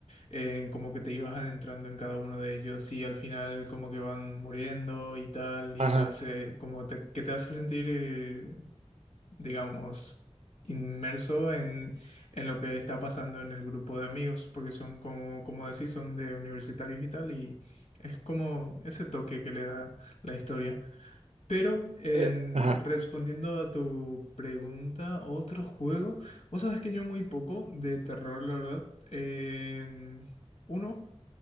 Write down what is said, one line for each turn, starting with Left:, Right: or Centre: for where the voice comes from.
Left: en como que te ibas adentrando en cada uno de ellos y al final como que van muriendo y tal, y
Right: Ajá,
Left: te hace, como te- que te hace sentir eh, digamos, inmerso en, en lo que está pasando en el grupo de amigos, porque son como, como decís, son de universitarios y tal, y es como ese toque que le da la historia. Pero en-
Right: eh, ajá,
Left: respondiendo a tu pregunta, otro juego, vos sabés que yo muy poco de terror, la verdad. En uno,